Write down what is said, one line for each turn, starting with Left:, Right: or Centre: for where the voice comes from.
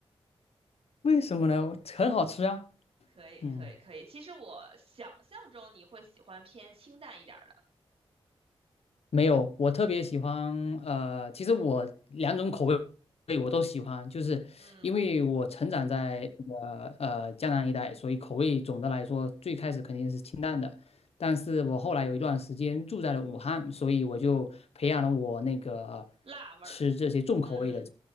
Left: 为什么呢？很好吃啊。
Right: 可以可以可以，
Left: 嗯。
Right: 其实我想象中你会喜欢偏清淡一点儿的，
Left: 没有，我特别喜欢，呃，其实我两种口味我都喜欢，就是因为我成长在这个呃江南一带，
Right: 嗯，
Left: 所以口味总的来说最开始肯定是清淡的，但是我后来有一段时间住在了武汉，所以我就培养了我那个
Right: 辣味儿，
Left: 吃这些重口味的。
Right: 嗯，